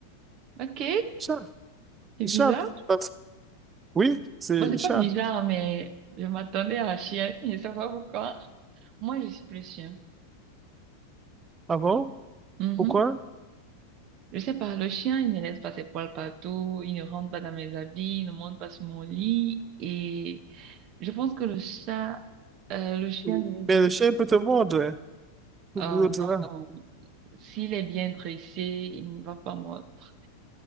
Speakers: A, on the right (about 40°); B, on the right (about 20°).
A: Ok,
B: Chat,
A: c'est
B: chat.
A: bizarre.
B: Euh, Oui, c'est
A: Bon, c'est
B: chat.
A: pas bizarre, mais je m'attendais à la chienne. Je sais pas pourquoi. <laughs> Moi, je suis plus chien.
B: Ah bon?
A: Mhm.
B: Pourquoi?
A: Je sais pas, le chien, il ne laisse pas ses poils partout, il ne rentre pas dans mes habits, il ne monte pas sur mon lit. Et je pense que le chat, euh, le chien,
B: Oui.
A: je veux dire,
B: Mais le chien peut te mordre. tout
A: oh
B: l'autre là.
A: non, s'il est bien dressé, il ne va pas mordre.